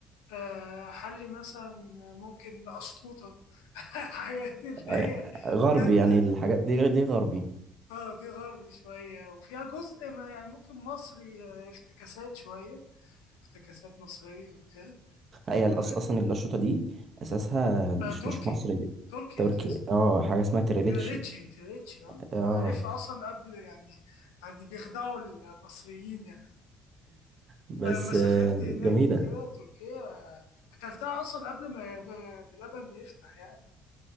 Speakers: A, on the left (about 90°); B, on the right (about 50°).
A: آه، حلي مثلا ممكن أشطوطة <laughs> حاجات اللي
B: آه،
A: هي
B: غربي
A: جامدة
B: يعني الحاجات
A: دي
B: دي دي غربي
A: اه دي غربي شوية وفيها جزء ما يعني ممكن مصري آه، افتكاسات شوية افتكاسات مصرية وكده
B: هي
A: واحد
B: الأص- اصلا الاشرطه دي اساسها مش
A: آه تركي
B: مش مصري دي
A: تركي
B: تركي
A: أساس
B: اه حاجه اسمها تريليتشي
A: تريليتشي تريليتشي اه ما
B: اه
A: أنا عارفها أصلا قبل يعني يعني بيخدعوا المصريين يعني
B: بس
A: ما لما بس
B: آه،
A: سافرت هناك
B: جميلة
A: وكده تركيا اكلتها اصلا قبل ما يب- بلبن يفتح يعني